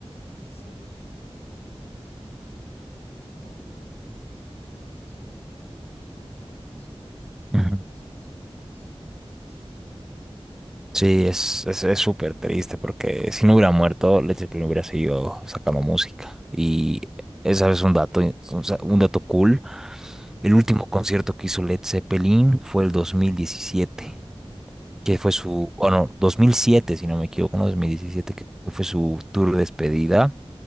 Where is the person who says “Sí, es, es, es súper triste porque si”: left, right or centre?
Centre